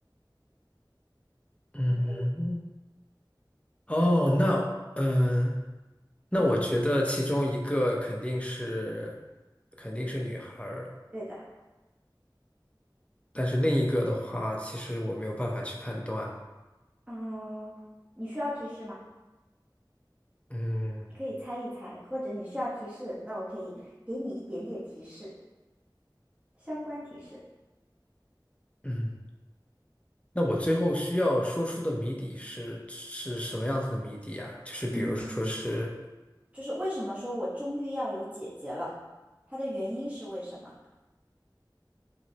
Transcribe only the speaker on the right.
你可以，
我觉得
对的。
啊、你需要提示吗？
你可以猜一猜，或者你需要提示，那我可以给你一点点提示，相关提示。
嗯，就是为什么说我终于要有姐姐了，它的原因是为什么？